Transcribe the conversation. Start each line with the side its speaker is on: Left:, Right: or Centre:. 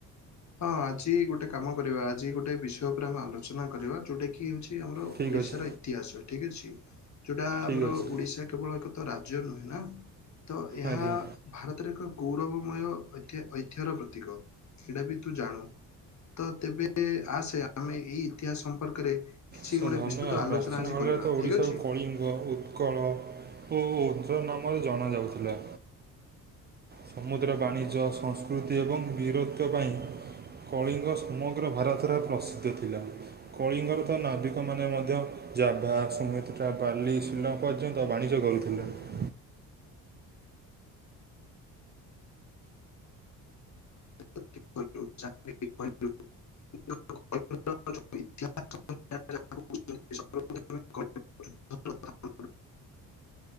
Left: ହଁ ଆଜି ଗୋଟେ କାମ କରିବା ଆଜି ଗୋଟେ ବିଷୟ ଉପରେ ଆମେ ଆଲୋଚନା କରିବା ଯୋଉଟା କି ହଉଛି ଆମର
Right: ଠିକ୍
Left: ଓଡିଶାର
Right: ଅଛି
Left: ଇତିହାସ ଠିକ ଅଛି ଯୋଉଟା
Right: ଠିକ୍
Left: ଆମର
Right: ଅଛି
Left: ଓଡିଶା କେବଳ ଏକ ତ ରାଜ୍ୟ ନୁହେଁ ନା ତ ଏହା
Right: ଆଜ୍ଞା
Left: ଭାରତରେ ଏକ ଗୌରବମୟ ଐତି ଐ ଐତିହର ପ୍ରତୀକ ଏଇଟା ବି ତୁ ଜାଣୁ। ତ ତେବେ ଆସେ ଆମେ ଏଇ ଇତିହାସ ସମ୍ପର୍କରେ କିଛି
Right: ସାର୍
Left: ଗୋଟେ
Right: ଧନ୍ୟବାଦ
Left: ବିସ୍ତୃତ ଆଲୋଚନା
Right: ପ୍ରାଚୀନ
Left: ଆଜି
Right: କାଳରେ
Left: କରିବା
Right: ତ
Left: ଠିକ୍
Right: ଓଡ଼ିଶାକୁ
Left: ଅଛି।
Right: କଳିଙ୍ଗ, ଉ ଉତ୍କଳ ଓ ଓଦ୍ର ନାମରେ ଜଣାଯାଉଥିଲା। ସମୁଦ୍ର ବାଣିଜ୍ୟ, ସଂସ୍କୃତି ଏବଂ ବୀରତ୍ଵ ପାଇଁ କଳିଙ୍ଗ ସମଗ୍ର ଭାରତରେ ପ୍ରସିଦ୍ଧ ଥିଲା କଳିଙ୍ଗର ତ ନାବିକମାନେ ମଧ୍ୟ ମଧ୍ୟ Java, Sumatra, Bali, Sri Lanka ପର୍ଯ୍ୟନ୍ତ ବାଣିଜ୍ୟ କରୁଥିଲେ।
Left: <unintelligible> କଳିଙ୍ଗର ଯୋଉ ଇତିହାସ ଯାହାକୁ କହୁଛନ୍ତି ସର୍ବପ୍ରଥମେ କଳିଙ୍ଗ ଯୁଦ୍ଧର କଥା ମନେ